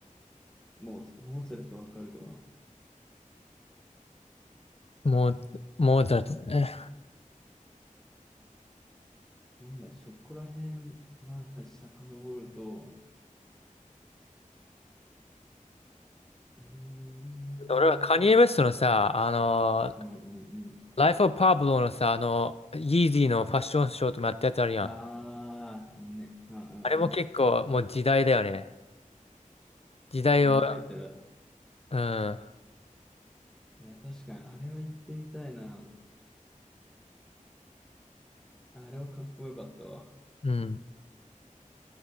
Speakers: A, in the centre; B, on the left.
A: モーツ、モーツァルトわかるわ。
B: もう、もうだって。ね。
A: なんだろう、そこら辺まで遡ると、うーん、
B: 俺はカニエ・ウェストのさ、あのー、
A: うんうんうん。
B: Life of Pablo のさ、あの、イージーのファッションショーともやったやつあるやん。
A: あー、あのね、うんうん
B: あれも結構もう時代だよね。時代を、
A: うん。覚えてる。
B: うん。
A: いや、確かに、あれは行ってみたいな。あれはかっこよかったわ。
B: うん。